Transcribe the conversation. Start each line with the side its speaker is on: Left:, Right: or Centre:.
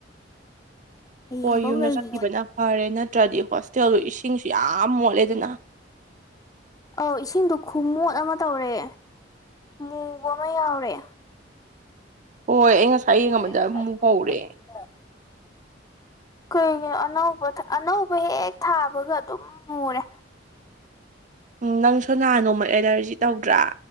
Left: ꯍꯌꯦꯡꯐꯧ
Right: ꯍꯣꯏ ꯌꯨꯝꯗ
Left: ꯂꯩꯈꯤꯒꯦ
Right: ꯆꯠꯈꯤꯕꯅ ꯐꯔꯦ ꯅꯠꯇ꯭ꯔꯗꯤ ꯍꯣꯁꯇꯦꯜꯗꯨ ꯏꯁꯤꯡꯁꯨ ꯌꯥꯝ ꯃꯣꯠꯂꯦ ꯑꯗꯨꯅ
Left: ꯑꯧ ꯏꯁꯤꯡꯗꯣ ꯈꯨꯃꯣꯠ ꯑꯃ ꯇꯧꯔꯦ ꯃꯨꯕ ꯑꯃ ꯌꯥꯎꯔꯦ
Right: ꯍꯣꯏ ꯑꯩ ꯉꯁꯥꯏ
Left: <unintelligible>
Right: ꯌꯦꯡꯉꯝꯕꯗ ꯑꯃꯨꯛ <inaudible>
Left: ꯀꯩꯒꯤꯅꯣ ꯑꯅꯧꯕ ꯊꯥ ꯑꯅꯧꯕ ꯍꯦꯛ ꯊꯥꯕꯒ ꯑꯗꯨꯝ ꯃꯨꯔꯦ
Right: ꯎꯝ ꯅꯪꯁꯨ ꯅꯍꯥꯟ ꯅꯣꯡꯃ ꯑꯦꯂꯔꯖꯤ ꯇꯧꯗ꯭ꯔꯥ